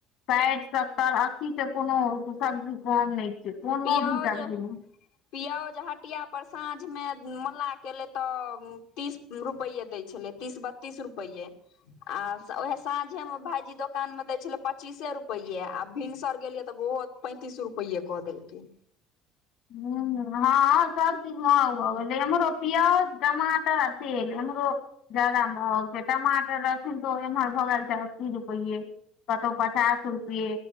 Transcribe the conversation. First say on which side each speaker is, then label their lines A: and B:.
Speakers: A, on the left; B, on the left.
A: साड सत्तर अस्सी तऽ कोनो सबजी कम नहि कोनो
B: पिओज
A: भी सब्जी मे
B: पिओज हटिया पर साँझमे मल्लाह कलै तऽ तीस रुपैेये दै छलै तीस बत्तीस रुपैेए आ उएह साँझेमे भायजी दोकानमे दै छलै पच्चीसे रुपैए आ भिनसर गेलियै तऽ बहुत पैंतिस रुपैयए कऽ देलके
A: हु हँ सब चीज महग भ गेल पिओज टमाटर आ तेल इमरो ज्यादा महग टमाटर रहथिन तऽ ओ एम्हर भऽ गेल छै अस्सी रुपैएये कतहु पचास रुपे